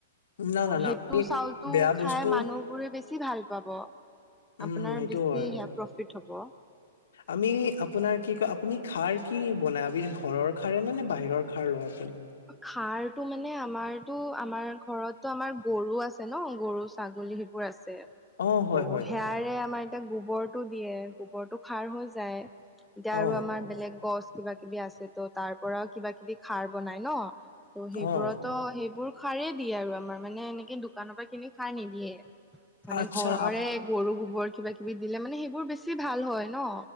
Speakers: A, on the left; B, in the centre.
A: না
B: ত'
A: না না
B: সেইটো চাউলটো
A: বেয়া
B: খাই
A: বস্তু
B: মানুহবোৰে বে বছি ভালপাব,
A: উম
B: আপোনাৰ
A: সেইটো
B: বেছি
A: হয়
B: সেয়া প্ৰফিট হ'ব।
A: আমি আপোনাৰ কি কয় আপুনি খাৰ কি বনাই, আপুনি ঘৰৰ খাৰেই নে নে, বাহিৰৰ খাৰ লয় আপুনি?
B: সাৰটো মানে আমাৰতো, আমাৰ ঘৰতো আমাৰ গৰু আছে ন গৰু ছাগলী সেইবোৰ আছে
A: অ হয়
B: ত'
A: হয়
B: সেয়াৰে আমাৰ এতিয়া গোবৰটো দিয়ে গোবৰটো সাৰ হৈ যায় এতিয়া
A: অ
B: আৰু আমাৰ বেলেগ গছ কিবা কিবি আছে ত তাৰ পৰাও কিবা কিবি সাৰ বনাই ন ত'
A: অ
B: সেইবোৰতো সেইবোৰ সাৰে দিয়ে আৰু আমাৰ মানে এনেকে দোকানৰ পৰা কিনি সাৰ নিদিয়ে। মানে
A: আচ্ছা
B: ঘৰৰে
A: আপ
B: গৰু গোবৰ কিবা কিবি দিলে মানে সেইবোৰ বেছি ভাল হয় ন।